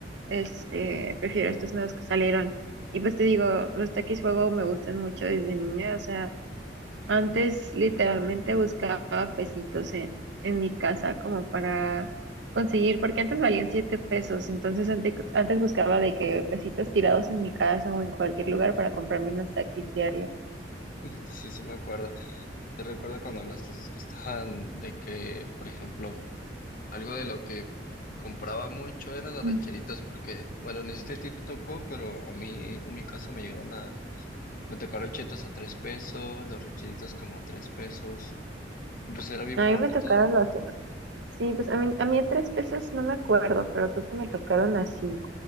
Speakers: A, on the right; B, on the left.
A: Este, prefiero estos nuevos que salieron. Y pues te digo, los taquis fuego me gustan mucho desde niña. O sea, antes literalmente buscaba pesitos en, en mi casa como para conseguir, porque antes valían siete pesos. Entonces antes, antes buscaba de que pesitos tirados en mi casa o en cualquier lugar para comprarme unos taquis diarios.
B: <laughs> Sí, sí, me acuerdo. Sí, recuerdo cuando las clases costaban de que, por ejemplo, algo de lo que compraba mucho eran las
A: Mm.
B: rancheritas, porque, bueno, ni siquiera te tocó, pero a mí, en mi caso, me llegaron a. Me tocaron chetos a tres pesos, los rancheritos como a tres pesos. Y pues era bien
A: A
B: barato
A: mí me tocaron
B: todo.
A: los... Sí, pues a mí, a mí de tres pesos no me acuerdo, pero creo que me tocaron así.